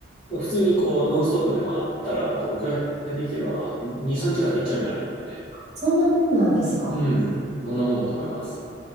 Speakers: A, in the centre; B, on the right (about 35°).
A: 普通にこう、ノンストップで回ったら、どんくらいで行けるかな ?2、3時間で行っちゃうんじゃないですかね。
B: そんなもんなんですか。
A: うん。そんなもんだと思います。